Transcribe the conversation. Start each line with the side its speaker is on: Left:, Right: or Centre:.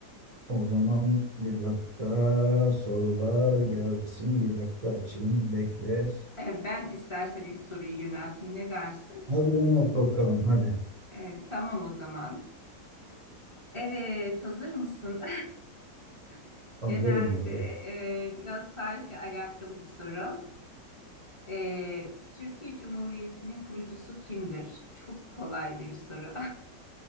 Right: O zaman bir dakika sorular gelsin. Bir dakika açayım. Bekle.
Left: E, Ben istersen ilk soruyu yönelteyim. Ne dersin?
Right: Hadi Ömer bakalım. Hadi.
Left: E, tamam o zaman. Evet, hazır mısın? <laughs>
Right: Hazırım
Left: Genelde
Right: hazır.
Left: e, biraz tarihle alakalı bir soru. E, Türkiye Cumhuriyeti'nin kurucusu kimdir? Çok kolay bir soru.